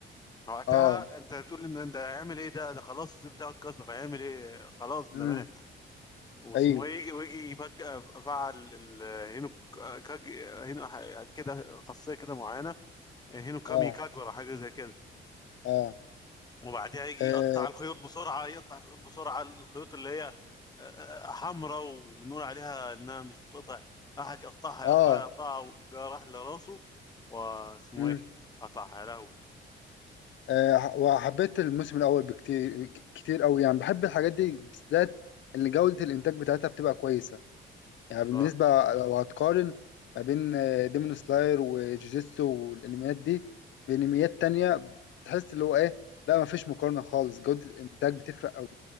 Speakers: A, on the left; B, on the left.
A: وقتها
B: اه
A: انت بتقول ان ده هيعمل ايه ده ده خلاص الصيت بتاعه اتكسر هيعمل ايه خلاص ده
B: امم
A: مات واسمه
B: ايوه
A: ايه يجي- ويجي فجأة فعل ال- هينو كاج هينو ح- كده خاصية كده معينة هينو كامي
B: اه
A: كاج ولا حاجة زي كده
B: اه
A: وبعديها يجي
B: اه
A: يقطع الخيوط بسرعة يقطع الخيوط بسرعة الخيوط اللي هي حمراء وبنقول عليها انها مش بتقطع احد يقطعها
B: اه
A: يقطعها يقطعها جه راح لراسه واسمه
B: امم
A: ايه قطعها يا لهوي
B: آه. وحبيت الموسم الاول بكتير كتير قوي يعني بحب الحاجات دي بالذات اللي جودة الانتاج بتاعتها بتبقى كويسة يعني بالنسبة
A: اه
B: لو هتقارن ما بين آه، ديمون سلاير وجوجيتسو والانميات دي بانميات تانية تحس اللي هو ايه لا ما فيش مقارنة خالص جودة الانتاج بتفرق قوي